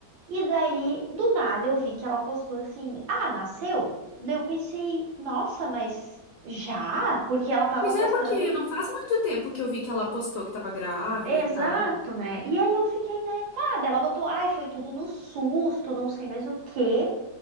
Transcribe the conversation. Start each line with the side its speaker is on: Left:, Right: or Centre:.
Right: E daí, do nada, eu vi que ela postou assim: Ah, nasceu? Daí eu pensei, nossa, mas já? Porque ela tava
Left: mas
Right: postando.
Left: é porque não faz muito tempo que eu vi que ela postou que tava grávida
Right: Exato,
Left: e tal.
Right: né? E aí eu fiquei, né? Tá, daí ela botou, ai, foi tudo no susto, não sei mais o quê.